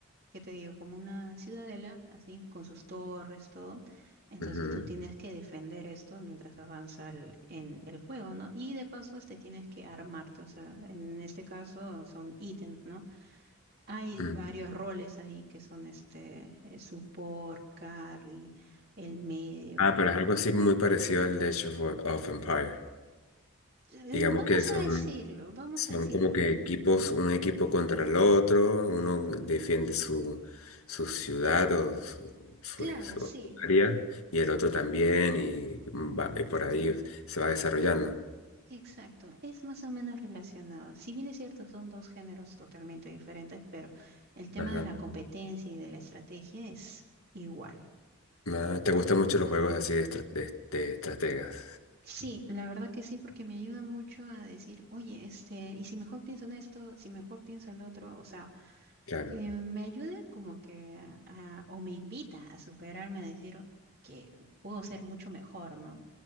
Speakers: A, on the right; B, on the left.
A: ¿qué te digo? Como una ciudadela, así, con sus torres, todo. Entonces
B: Ujú,
A: tú tienes que defender esto mientras avanza el, en el juego, ¿no? Y de paso, este tienes que armarte, o sea, en este caso son ítems, ¿no? Hay
B: ujú.
A: varios roles ahí que son este, eh, support, carry, el medio.
B: Ah, pero es algo así muy parecido al Age of, of Empire.
A: Eh,
B: Digamos
A: Vamos
B: que son,
A: a decirlo, vamos
B: Son
A: a decirlo.
B: como que equipos, un equipo contra el otro, uno defiende su, su ciudad o su, su-
A: Claro,
B: su-
A: sí.
B: o su área y el otro también y, va- y por ahí se va desarrollando.
A: Exacto, es más o menos relacionado. Si bien es cierto, son dos géneros totalmente diferentes, pero el tema
B: Ajá.
A: de la competencia y de la estrategia es igual.
B: Ah, ¿te gustan mucho los juegos así de, estra- de de estrategas?
A: Sí, la verdad que sí, porque me ayuda mucho a decir, oye, este, y si mejor pienso en esto, si mejor pienso en lo otro, o sea,
B: Claro.
A: eh, me ayuda como que a- a- o me invita a superarme, a decir que puedo ser mucho mejor, ¿no?